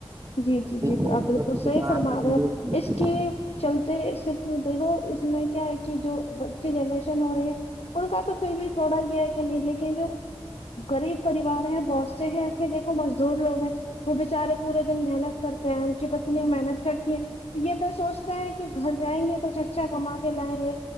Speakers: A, on the left (about 80°); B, on the right (about 30°).
A: جی جی
B: دیکھیے
A: جی آپ
B: اس
A: بالکل
B: میں تو
A: صحیح
B: لکھا
A: فرما
B: آتا ہے
A: رہا ہو
B: نو اسموکنگ
A: اس کے چلتے صرف دیکھو اس میں کیا ہے کہ جو بچی جنریشن ہو رہی ہے ان کا تو پھر بھی تھوڑا یہ ہے کہ نہیں لیکن جو غریب پریوار ہیں بہت سے ہیں ایسے دیکھو مزدور لوگ ہیں وہ بچارے پورے ن محنت کرتا ہیں ان کی پتنی محنت کرتی ہیں یہ تو سوچتے ہیں کہ گھر جائیں گے کچھ اچھا کما کے لائیں گے